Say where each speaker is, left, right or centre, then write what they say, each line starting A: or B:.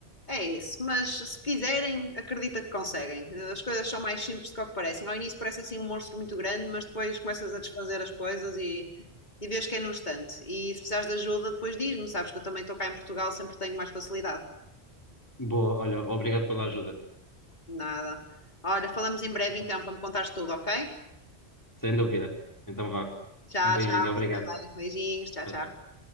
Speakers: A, on the left; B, on the left.
A: é isso. Mas se quiserem, acredita que conseguem. As coisas são mais simples do que o que parecem. Ao início parece assim um monstro muito grande, mas depois começas a desfazer as coisas e, e vês que é num instante. E se precisares de ajuda, depois diz-me. Sabes que eu também estou cá em Portugal, sempre tenho mais facilidade.
B: Boa, olha, obrigado pela ajuda.
A: Nada. Olha, falamos em breve
B: Então,
A: então para me contares tudo, ok?
B: Sem dúvida. Então vá.
A: Tchau,
B: Um beijinho,
A: tchau,
B: obrigado.
A: fica bem. Beijinhos, tchau,
B: Tchau,
A: tchau.
B: tchau.